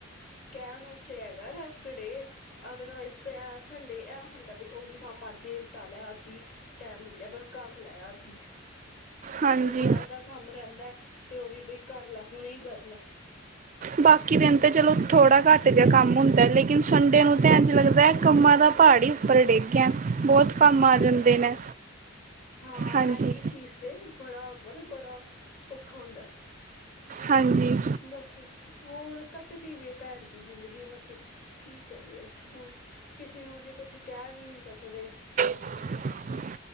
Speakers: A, on the left (about 45°); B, on the right (about 35°).
A: ਕਹਿਣ ਵਸੇ ਹੈਗਾ, ਰੈਸਟਡੇ ਅਦਰਵਾਈਜ਼ ਤੇ ਇਹ ਸੰਡੇ ਇਹ ਹੁੰਦਾ ਬੀ ਉਵੀ ਕੰਮ ਅੱਜ ਨਿਮਟਾ ਲੈ ਅੱਜ ਹੀ ਟੈਮ ਮਿਲਿਆ, ਬਸ ਕਰ ਲੈ ਅੱਜ ਹੀ।
B: ਹਾਂਜੀ
A: ਕੋਈ ਬਾਹਰ ਦਾ ਕੰਮ ਰਹਿੰਦਾ ਤੇ, ਉਹ ਵੀ ਬਈ ਕਰ ਲੈ ਹੁਣੇ ਹੀ ਕਰ ਲੈ।
B: ਬਾਕੀ ਦਿਨ ਤਾਂ ਚਲੋ ਥੋੜ੍ਹਾ ਘੱਟ ਜਿਹਾ ਕੰਮ ਹੁੰਦਾ, ਲੇਕਿਨ ਸੰਡੇ ਨੂੰ ਤਾਂ ਐਂਜ ਲੱਗਦਾ ਹੈ ਕੰਮਾਂ ਦਾ ਪਾ ਪਹਾੜ ਹੀ ਉੱਪਰ ਡਿੱਗ ਗਿਆ ਬਹੁਤ ਕੰਮ
A: ਹਾਂਜੀ
B: ਆ ਜਾਂਦੇ ਨੇ,
A: ਹਾਂ
B: ਹਾਂਜੀ
A: ਇਹੀ ਚੀਜ਼ ਤੇ ਬੜਾ ਅਰੇ ਬੜਾ ਔਖਾ ਹੁੰਦਾ ਹੈ।
B: ਹਾਂਜੀ
A: ਬਸ ਹੋਰ? ਕੱਟਦੀ ਪੀ ਹੈ ਭੈਣ ਜੀ ਜਿੰਦਗੀ ਬਸ ਕੀ ਕਰੀਏ ਹੁਣ ਕਿਸੇ ਨੂੰ ਅਸੀ ਕੁਛ ਕੈ ਵੀ ਨਹੀਂ ਸਕਦੇ।
B: <inaudible>